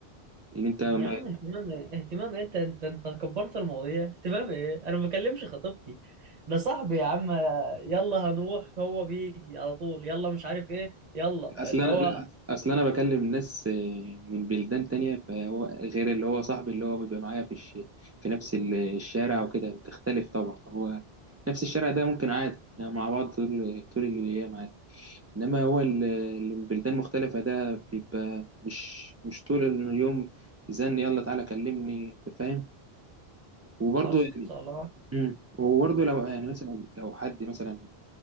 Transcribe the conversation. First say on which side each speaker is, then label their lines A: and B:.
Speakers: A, on the right; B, on the right.
A: ان انت ما...
B: يا عم اهتمام ايه اهتمام إيه؟ انت انت انت كبرت المواضيع اهتمام ايه انا ما بكلمش خطيبتي ده صاحبي يا عم يلا هنروح هو بيجي على طول يلا مش عارف ايه يلا
A: اصل
B: اللي
A: انا
B: هو
A: لا اصل انا بكلم ناس إيه، من بلدان تانية فهو غير اللي هو صاحبي اللي هو بيبقى معايا في الش... في نفس ال- الشارع وكده بتختلف طبعا هو نفس الشارع ده ممكن عادي احنا مع بعض طول طول الايام عادي انما هو ال- اللي من بلدان مختلفة ده بيبقى مش مش طول اليوم زن يلا تعالى كلمني أنت فاهم وبرضه
B: عسى الله
A: امم وبرضه لو يعني مثلا لو حد مثلا